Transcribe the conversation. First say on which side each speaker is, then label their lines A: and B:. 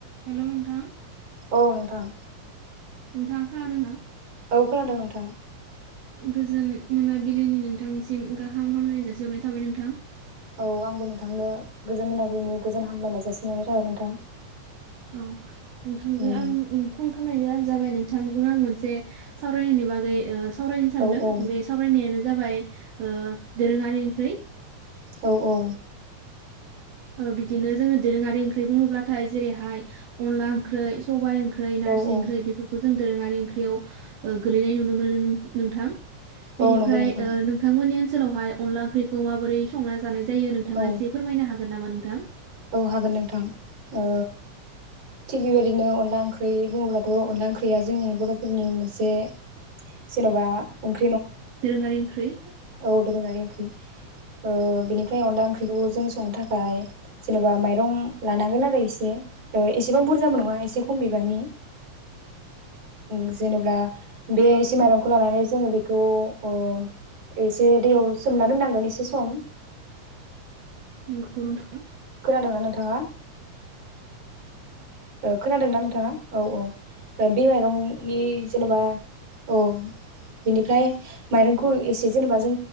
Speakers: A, on the right; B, on the right.
A: Hello नोंथां
B: औ नोंथां
A: नोंथांङा खोनादों ना
B: औ खोनादों नोंथां
A: गोजोन मोनाबिलिनि नोंथांनिसिम गाहाम हामलायनाय जासिहरनाय थाबाय नोंथां
B: औ आंबो नोंथांनो गोजोन होननाय बै गोजोन हामलायनाय जासिहरनाय थाबाय नोंथां
A: औ नोंथांजों
B: उम
A: आं ओ फन खामानि जास जाबाय नोंथां आं मोनसे सावरायनायनि बागै ओ सावरायनो सानदों
B: औ औ
A: बे सावरायनायानो जाबाय दोरोङारि ओंख्रै
B: औ औ
A: बिदिनो जोङो दोरोङारि ओंख्रै बुङोब्लाथाय जेरैहाय अनला ओंख्रै सबाइ ओंख ख्रै नारजि
B: औ औ
A: ओंख्रि बेफोरखौ जों दोरोङारि ओं ख्रैयाव गोलैनाय नुनो मोनो नो नोंथां
B: औ
A: बेनिफ्राय
B: नंगौ नोंथां
A: ओ नोंथांमोननि ओन‌ ओनसोलावहाय अनला ओंखखौ माबोरै संनानै जानाय जा जायो नोंथाङा
B: औ
A: एसे फोरमायनो हा गोन नामा नोंथां?
B: औ हागोन नोंथां ओ थिग बेबायदिनो अनला ओंख्रै बुङोब्लाथ' अनला ओंख्रिया जोंनि बर'फोरनि मोनसे जेन'बा ओंख
A: दोरोङारि ओंख्रै
B: औ‌ दोरोङारि ओंख्रि ओ बिनिफ्राय अनला ओंख्रिखौ जों संनो थाखाय जेन'बा माइरं लानांगोन आरो एसे एसेबां बुरजाबो नङा एसे खम बिबांनि उम जेनबा बे एसे माइरंखौ लानानै जोङो बेखौ ओ एसे दैयाव सोमना दोननांगोन एसे सम
A: नोंगौ नोंथां
B: खोनादोंना नोंथाङा? ओ खोनादों ना नों थाङा औ औ बे माइरंनि जेनेबा औ बिनिफ्राय माइरंखौ एसे जेनेबा जों